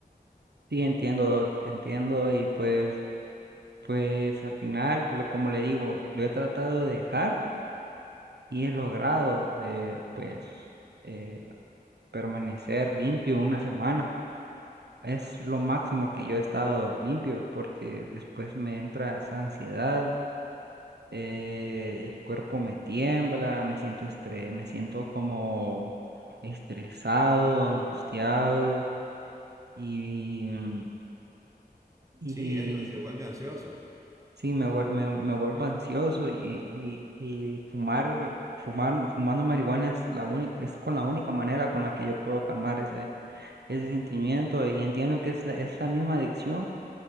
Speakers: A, on the right (about 85°); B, on the right (about 20°).
A: sí, entiendo, Doc, entiendo y pues, pues al final, lo como le digo, lo he tratado de dejar y he logrado, eh, pues, eh, permanecer limpio una semana. Es lo máximo que yo he estado limpio porque después me entra esa ansiedad eh, el cuerpo me tiembla, me siento estre- me siento como estresado, angustiado y, mm, y
B: Sí, eso se vuelve ansioso.
A: sí, me, vuel- me, me vuelvo ansioso y, y, y fumar, fumar, fumando marihuana es la única, es con la única manera con la que yo puedo calmar ese, ese sentimiento y entiendo que es la, es la misma adicción